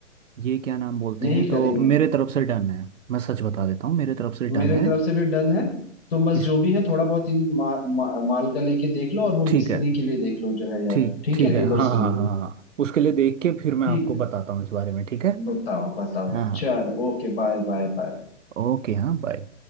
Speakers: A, on the right; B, on the left.
A: ये क्या नाम बोलते
B: यही
A: हैं तो
B: करेंगे
A: मेरे तरफ से डन है मैं सच बता देता हूँ मेरे तरफ से
B: मेरे
A: डन है
B: तरफ से भी डन है तुम बस
A: इस
B: जो भी है थोड़ा बहुत इन मा, मा, माल का लेके देख लो और वो
A: ठीक
B: मिस्त्री
A: है
B: के लिए देख लो जो है यार
A: ठीक
B: ठीक
A: ठीक
B: है
A: है
B: लेबर्स
A: हाँ
B: के लिए
A: हाँ हाँ हाँ उसके लिए देख के फिर मैं
B: ठीक
A: आपको
B: है
A: बताता हूँ इस बारे में ठीक है
B: बताओ बताओ
A: हाँ हाँ
B: चलो ओके बाय बाय बाय
A: ओके हाँ बाय